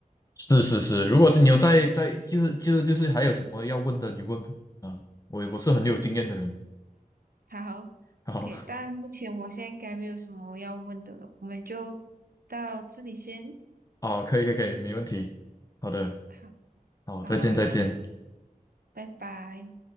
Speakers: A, on the left; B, on the right.
A: 是是是，如果你有在在，就是就是就是还有什么要问的，你问我啊，我我是很有经验的人，
B: 嗯，好，OK，
A: 好 <laughs>
B: 但目前我现在应该没有什么要问的了，我们就到这里先。
A: 啊，可以可以可以，没问题，好的，
B: 好，
A: 好，
B: 好哦，
A: 再见再见。
B: 那我们拜拜。